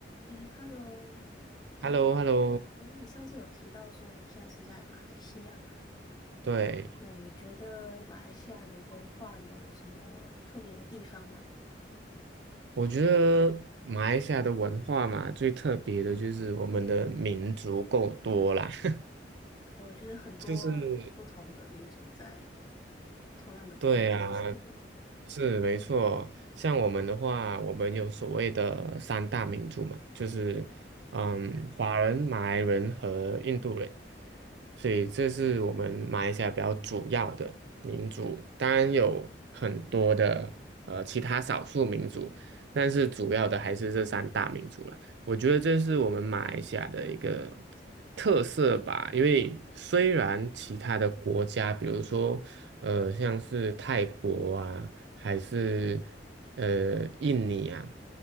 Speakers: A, on the left; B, on the right.
A: 诶，Hello，
B: h e l l o h e l l o
A: 诶，你上次有提到说你现在是在马来西亚嘛？
B: 对，
A: 那你觉得马来西亚的文化有什么特别的地方吗？
B: 我觉得马来西亚的文化嘛，最特别的就是我们的民族够多啦，<laughs>
A: 哦，就是很多不同的民族在
B: 就是
A: 同样的空间生活。
B: 对啊，是没错。像我们的话，我们有所谓的三大民族嘛，就是嗯，华人、马来人和印度人，所以这是我们马来西亚比较主要的民族。当然有很多的呃其他少数民族，但是主要的还是这三大民族了。我觉得这是我们马来西亚的一个特色吧，因为虽然其他的国家，比如说。呃，像是泰国啊，还是呃印尼啊，